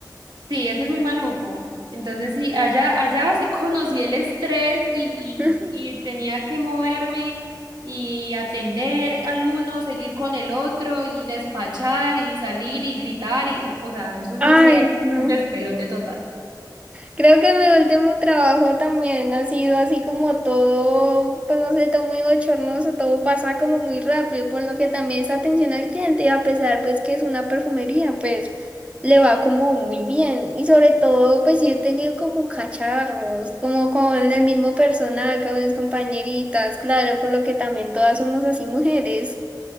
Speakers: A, on the right; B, on the right.
A: Sí, eso es muy maluco. Entonces sí, allá, allá sí conocí el estrés y,
B: <laughs>
A: y, y tenía que moverme y atender al uno, seguir con el otro y despachar y salir y gritar y, o, o sea, eso sí
B: Ay,
A: sí, era un
B: no.
A: despelote total.
B: Creo que mi último trabajo también ha sido así como todo, pues no sé, todo muy bochornoso, todo pasa como muy rápido, por lo que también esa atención al cliente, a pesar pues que es una perfumería, pues le va como muy bien. Y sobre todo, pues sí he tenido como cacharros, como con el mismo personal, con mis compañeritas, claro, por lo que también todas somos así mujeres.